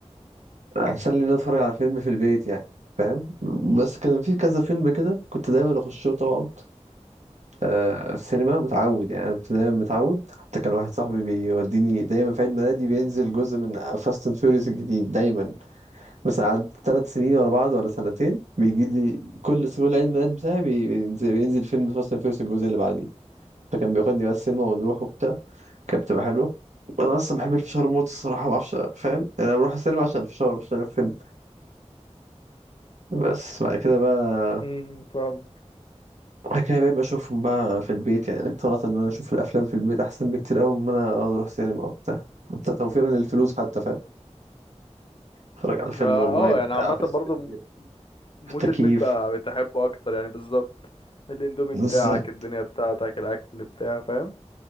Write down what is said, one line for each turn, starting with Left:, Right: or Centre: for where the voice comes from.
Right: احسن لي ان أنا اتفرج على فيلم في البيت يعني فاهم بس كان في كذا فيلم كده كنت دايما اخشه طبعا آه، السينما متعود يعني انا دايما متعود حتى كان واحد صاحبي بيوديني دايما في عيد ميلادي بينزل جزء من فاست اند فيوريوس الجديد دايما مثلا قعدت ثلاث سنين ورا بعض ولا سنتين بيجي لي كل كل عيد ميلاد بتاعي بي- بينزل, بينزل فيلم فاست اند فيوريوس الجزء اللي بعديه فكان بياخدني بقى السينما ونروح وبتاع كانت بتبقى حلوه انا اصلا بحب الفشار موت الصراحه ما اعرفش فاهم يعني انا بروح السينما عشان الفشار مش عشان الفيلم بس بعد كده بقى
Left: امم فاهم
Right: بعد كده بقيت بشوفهم بقى في البيت يعني اقتنعت ان انا اشوف الافلام في البيت احسن بكتير قوي من ان انا اقعد اروح سينما وبتاع حتى توفيرا للفلوس حتى فاهم اتفرج على فيلم
Left: اه
Right: اونلاين
Left: آه، يعني
Right: بتاع
Left: عامة
Right: في
Left: برضو
Right: السرير
Left: مود
Right: في التكييف
Left: البيت بقى بتحبه اكتر يعني بالظبط الاندومي
Right: بالظبط
Left: بتاعك الدنيا بتاعتك الاكل بتاع فاهم